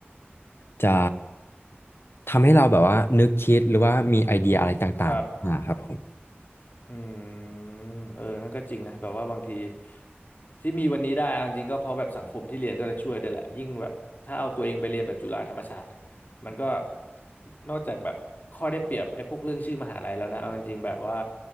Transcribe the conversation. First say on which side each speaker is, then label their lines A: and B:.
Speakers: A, on the left; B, on the left.
A: จะทำให้เราแบบว่านึกคิดหรือว่ามีไอเดียอะไรต่างๆอ่าครับผม
B: ครับ อืมเออนั่นก็จริงนะแบบว่าบางทีที่มีวันนี้ได้เอาจริงๆก็เพราะแบบสังคมที่เรียนก็จะช่วยได้วยแหละยิ่งแบบถ้าเอาตัวเองไปเรียนแบบจุฬาธรรมศาสตร์อะมันก็นอกจากแบบข้อได้เปรียบไอ้พวกเรื่องชื่อมหาลัยแล้วนะเอาจริงๆแบบว่า